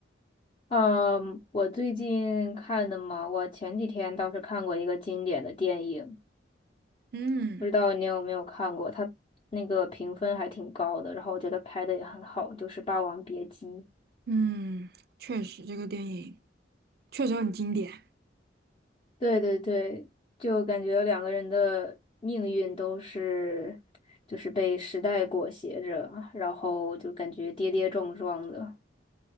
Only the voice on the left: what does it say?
嗯，我最近看的嘛，我前几天倒是看过一个经典的电影，
不知道你有没有看过？它那个评分还挺高的，然后我觉得拍的也很好，就是《霸王别姬》。
对对对，就感觉两个人的命运都是，就是被时代裹挟着，然后就感觉跌跌撞撞的。